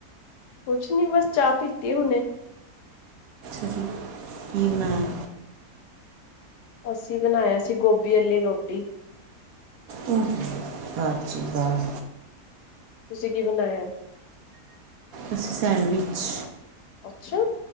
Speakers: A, on the left; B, on the right.
A: ਕੁਛ ਨੀ ਬਸ ਚਾਹ ਪੀਤੀ ਆ ਹੁਨੇ,
B: ਅਸੀ ਕੀ ਬਣਾਇਆ?
A: ਅਸੀਂ ਬਣਾਇਆ ਸੀ ਗੋਭੀ ਆਲੀ ਰੋਟੀ,
B: ਹੂੰ, ਵਾਹ ਜੀ ਵਾਹ,
A: ਤੁਸੀ ਕੀ ਬਣਾਇਆ?
B: ਅਸੀਂ ਸੈਂਡਵਿਚ,
A: ਅੱਛਾ